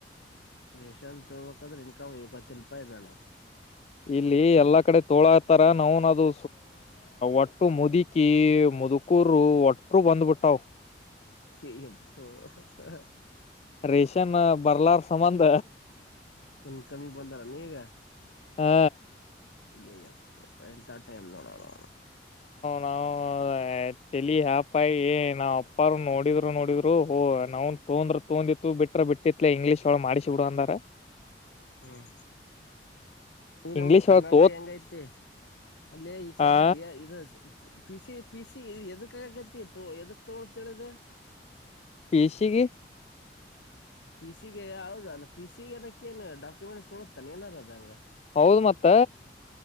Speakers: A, on the left (about 85°); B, on the left (about 35°).
A: ರೇಷಾನ್ ತಗಕದ್ರೆ ಇನ್ಕವತ್ತು ರೂಪಾಯಿ ನಾನ
B: ಇಲ್ಲಿ ಎಲ್ಲಾ ಕಡೆ ತೋಳ ಹತಾರ ನಾವ್ನದು ಒಟ್ಟು ಮುದುಕಿ ಮುದುಕೂರು ಒಟ್ರು ಬಂದ್ಬಿಟ್ಟಾವ್
A: ಕ ಹ
B: ರೇಷನ್ ಬರ್ಲಾರ್ ಸಂಬಂಧ
A: ಇನ್ ಕಮ್ಮಿ ಬಂದಾರ ನೀಗ
B: ಹಾ
A: ಜಯ ಟೈಮ ನೋಡಲ್ಲ
B: ನಾವ್ ತಲಿ ಯಪಾಯ ಏ ನಾವ್ ಅಪ್ಪಾರರು ನೋಡಿದ್ರು ನೋಡಿದ್ರು ಓ ನಾನ್ ತೋಂದ್ರ ತೋಂದಿತ್ತು ಬಿಟ್ರ ಬಿಟ್ಟಿತ್ಲ ಇಂಗ್ಲೀಷ್ ಒಳ ಮಾಡಿಸಿ ಬಿಿಡು ಅಂದಾರ
A: ಹ್ಮ್ ಈ ನಮ್ದ
B: ಇಂಗ್ಲೀಷ್
A: ಕನ್ನಡದಾಗ
B: ಒಳ ತೋತ್
A: ಹೆಂಗ ಐತಿ ಅಲ್ಲೇ ಈ ಸಲ್ತ
B: ಆ
A: ಡ ಇದ ಪಿಸಿ ಪಿಸಿ ಎದಕ್ ಆಗಕತಿ ತ ಎದಕ್ ತೊಳೋಂತ ಹೇಳ ಅದು
B: ಪಿಸಿಗೆ
A: ಪಿಸಿಗೆ ಹೌದ ಅಲ್ಲ ಪಿಸಿಗೆ ಅದಕೆನ್ ಏನು ಡಾಕ್ಯುಮೆಂಟ್ಸ್ ತೊಳತಾನ ಏನಾರದ ಹಂಗ
B: ಹೌದು ಮತ್ತ